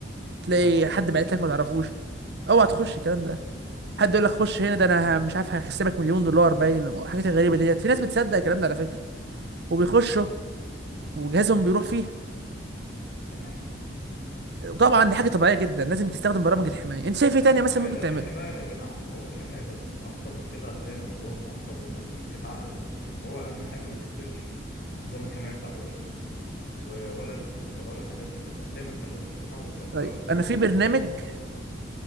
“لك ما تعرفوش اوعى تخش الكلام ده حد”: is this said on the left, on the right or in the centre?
Right